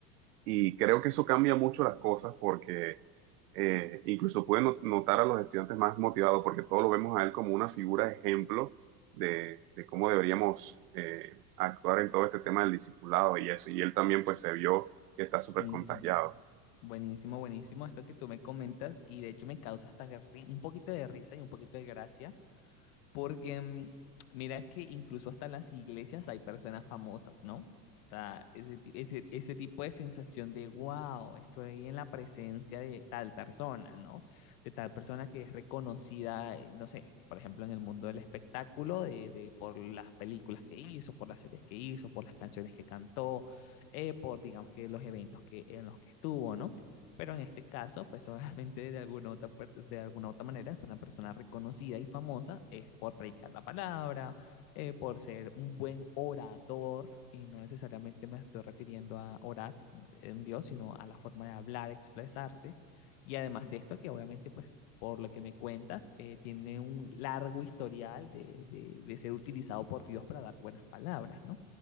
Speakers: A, on the right; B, on the left.
A: y creo que eso cambia mucho las cosas porque eh, incluso puede not- notar a los estudiantes más motivados porque todos lo vemos a él como una figura ejemplo de, de cómo deberíamos eh, actuar en todo este tema del discipulado y eso. Y él también pues se vio que está súper
B: Buenísimo,
A: contagiado.
B: buenísimo, buenísimo esto que tú me comentas y de hecho me causa hasta ri- un poquito de risa y un poquito de gracia Porque mm, mira que incluso hasta en las iglesias hay personas famosas, ¿no? O sea, ese, ti- ese, ese tipo de sensación de, wow, estoy en la presencia de tal persona, ¿no? De tal persona que es reconocida, eh, no sé, por ejemplo, en el mundo del espectáculo, de, de- por las películas que hizo, por las series que hizo, por las canciones que cantó, eh, por, digamos que, los eventos que, en los que estuvo, ¿no? Pero en este caso, pues obviamente de alguna otra, per- de alguna otra manera es una persona reconocida y famosa es por predicar la palabra, eh, por ser un buen orador, y no necesariamente me estoy refiriendo a orar en Dios, sino a la forma de hablar, expresarse. Y además de esto, que obviamente, pues por lo que me cuentas, eh, tiene un largo historial de, de- de ser utilizado por Dios para dar buenas palabras, ¿no?